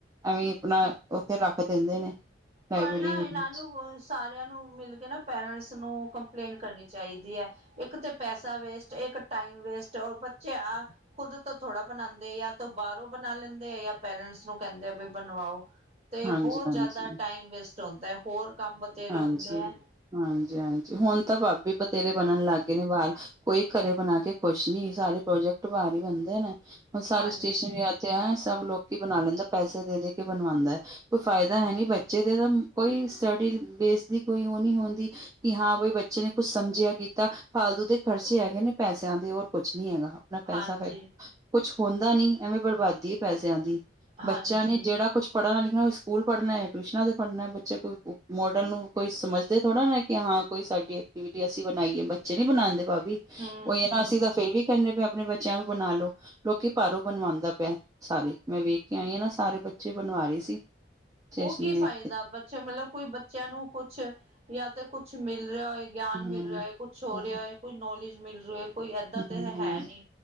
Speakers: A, on the right; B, on the right.
A: ਐਵੇਂ ਆਪਣਾ, ਉੱਥੇ ਰੱਖ ਦਿੰਦੇ ਨੇ। ਲਾਇਬ੍ਰੇਰੀ
B: ਪਰ ਨਾ
A: ਰੂਮ
B: ਇਹਨਾਂ
A: ਵਿੱਚ
B: ਨੂੰ ਬ ਸਾਰਿਆਂ ਨੂੰ ਮਿਲ ਕੇ ਨਾ ਪੇਰੈਂਟਸ ਨੂੰ ਕੰਪਲੇਂਨ ਕਰਨੀ ਚਾਹੀਦੀ ਐ। ਇੱਕ ਤੇ ਪੈਸਾ ਵੇਸਟ ਇੱਕ ਟਾਈਮ ਵੇਸਟ ਉਹ ਬੱਚੇ ਆ ਖੁਦ ਤੋਂ ਥੋੜਾ ਬਣਾਉਂਦੇ ਆ, ਜਾਂ ਤੋਂ ਬਾਹਰੋਂ ਬਣਾ ਲੈਂਦੇ ਆ ਜਾਂ ਪੇਰੈਂਟਸ ਨੂੰ ਕਹਿੰਦੇ ਆ ਵੀ ਬਣਵਾਓ। ਤੇ
A: ਹਾਂਜੀ-ਹਾਂਜੀ
B: ਬਹੁਤ ਜ਼ਿਆਦਾ ਟਾਈਮ ਵੇਸਟ ਹੁੰਦਾ ਐ, ਹੋਰ ਕੰਮ ਬਥੇਰੇ
A: ਹਾਂਜੀ
B: ਹੁੰਦੇ ਐ।
A: ਹਾਂਜੀ ਹਾਂਜੀ, ਹੁਣ ਤਾਂ ਭਾਬੀ ਬਥੇਰੇ ਬਣਨ ਲੱਗ ਗਏ ਨੇ ਬਾਹਰ ਕੋਈ ਘਰੇ ਬਣਾ ਕੇ ਖੁਸ਼ ਨੀ, ਸਾਰੇ ਪ੍ਰੋਜੈਕਟ ਬਾਹਰ ਹੀ ਬਣਦੇ ਨੇ ਹੁਣ ਸਾਰੀ
B: ਹਾਂਜੀ,
A: ਸਟੇਸ਼ਨ ਤੇ ਹੈਂ ਸਭ ਲੋਕ ਹੀ ਬਣਾ ਲੈਂਦਾ, ਪੈਸੇ ਦੇ ਦੇ ਕੇ ਬਣਵਾਉਂਦਾ ਐ। ਕੋਈ ਫਾਇਦਾ ਹੈ ਨਹੀਂ, ਬੱਚੇ ਦੇ ਤਾਂ ਕੋਈ ਸਟੱਡੀ ਬੇਸ ਦੀ ਕੋਈ ਉਹ ਨਹੀਂ ਹੁੰਦੀ। ਕਿ ਹਾਂ ਬਈ ਬੱਚੇ ਨੇ ਕੁੱਛ ਸਮਝਿਆਂ ਕੀਤਾ, ਫਾਲਤੂ ਦੇ ਖਰਚੇ ਹੈਗੇ ਨੇ ਪੈਸਿਆਂ ਦੇ ਹੋਰ ਕੁੱਛ ਨੀ ਹੈਗਾ। ਨਾ ਪੈਸਾ
B: ਹਾਂਜੀ,
A: ਫੇ, ਕੁਛ ਹੁੰਦਾ ਨੀ ਐਵੇਂ ਬਰਬਾਦੀ ਐ ਪੈਸਿਆਂ ਦੀ।
B: ਹਾਂਜੀ,
A: ਬੱਚਿਆਂ ਨੇ ਜਿਹੜਾ ਕੁਛ ਪੜ੍ਹਨਾ ਲਿਖਣਾ, ਉਹ ਸਕੂਲ ਪੜ੍ਹਨਾ ਟਿਊਸ਼ਨਾਂ ਦੇ ਪੜ੍ਹਨਾ ਬੱਚੇ ਕਈ ਉ ਮੋ ਡਲ ਨੂੰ ਕੋਈ ਸਮਝਦੇ ਥੋੜਾ ਨਾ, ਕਿ ਹਾਂ ਕੋਈ ਸਾਡੀ ਐਕਟੀਵਿਟੀ ਐ ਅਸੀਂ ਬਣਾਈਏ ਬੱਚੇ ਨੀ ਬਣਾਉਂਦੇ ਭਾਬੀ।
B: ਹੂੰ,
A: ਉਹ ਹੈ
B: ਹੂੰ।
A: ਨਾ ਅਸੀਂ ਤਾਂ, ਫੇਰ ਵੀ ਕਹਿੰਦੇ ਪਏ ਆਪਣੇ ਬੱਚਿਆਂ ਨੂੰ ਬਣਾ ਲੋ। ਲੋਕੀ ਭਾਰੋਂ ਬਣਵਾਉਂਦਾ ਪਿਆ, ਸਾਰੇ ਮੈਂ ਵੇਖ ਕੇ ਆਈ ਹਾਂ ਨਾ ਸਾਰੇ ਬੱਚੇ ਬਣਵਾ ਰਹੀ ਸੀ। ਸਟੇਸ਼ਨਰੀ
B: ਉਹ ਕੀ ਫਾਇਦਾ
A: ਵਾਸਤੇ
B: ਬੱਚੇ ਮਤਲਬ ਕੋਈ ਬੱਚਿਆਂ ਨੂੰ ਕੁਛ ਜਾਂ ਤੇ ਕੁਛ ਮਿਲ ਰਿਹਾ ਹੋਏ। ਗਿਆਨ
A: ਹਮ।
B: ਮਿਲ ਰਿਹਾ ਐ, ਕੁਛ ਹੋ
A: ਹਮ
B: ਰਿਹਾ ਐ, ਕੋਈ ਨੌਲੇਜ ਮਿਲ ਰਿਹਾ ਹੋਏ, ਕੋਈ ਏਦਾਂ ਤੇ
A: ਹਮ
B: ਹੈ ਨਹੀਂ।